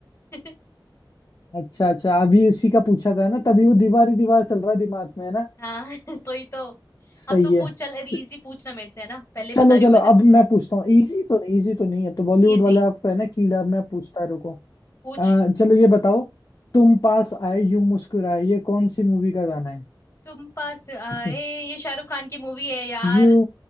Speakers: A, on the left (about 30°); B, on the left (about 45°).
A: <laughs>
B: अच्छा अच्छा अभी उसी का पूछा था ना तभी वो दीवार ही दीवार चल रहा है दिमाग में है ना
A: हाँ <laughs> तो ही तो
B: सही
A: अब तू
B: है
A: पूछ चल इजी
B: च-
A: पूछना मेरे से है ना पहले बता
B: चलो
A: रही
B: चलो
A: हूँ मैं तेरे
B: अब
A: को
B: मैं पूछता हूँ इजी तो नहीं इजी तो नहीं है तो बॉलीवुड
A: इजी
B: वाला आपको है ना कीड़ा मैं पूछता रुको
A: पूछ
B: अ, चलो ये बताओ तुम पास आए यूं मुस्कुराए ये कौन सी मूवी का गाना है
A: तुम पास आए
B: <laughs>
A: ये शाहरुख खान की मूवी है यार
B: यू